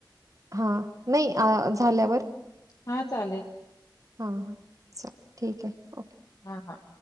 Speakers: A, on the right; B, on the left.
A: हा नाही हा झाल्यावर.
B: हां, चालेल.
A: हां अस ठीक आहे हो.
B: हा हा.